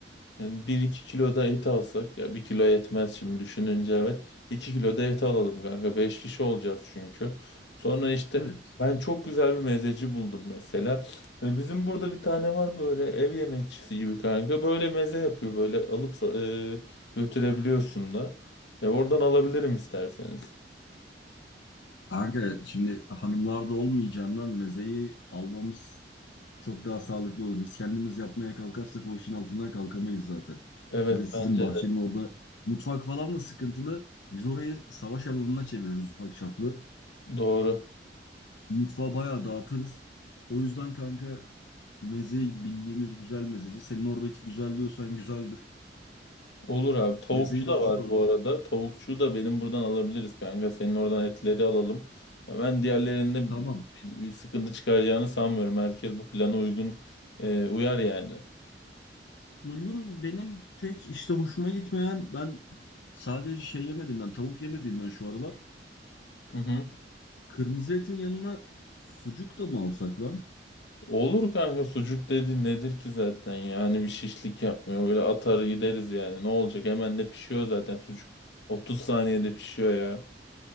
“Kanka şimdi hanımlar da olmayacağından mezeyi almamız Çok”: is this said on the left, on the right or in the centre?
Left